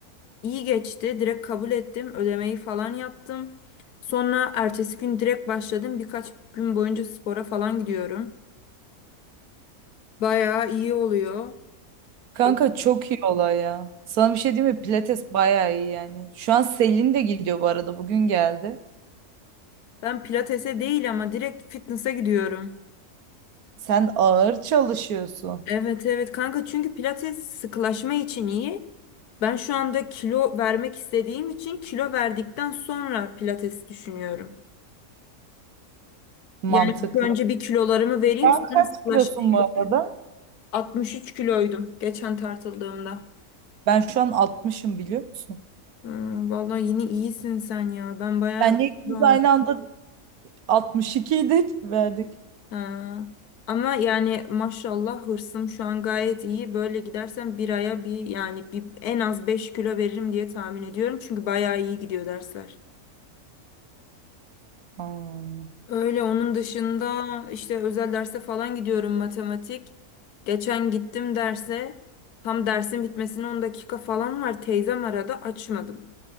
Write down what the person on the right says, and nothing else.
Kanka
çok iyi olay ya. Sana bir şey diyeyim mi? Pilates bayağı iyi yani. Şu an Selin de gidiyor bu arada. Bugün geldi.
Sen ağır çalışıyorsun.
Mantıklı.
Sen
kaç
kilosun
bu arada?
Ben şu an altmışım biliyor musun?
Senle ikimiz
aynı anda altmış ikiydik verdik.
Allah.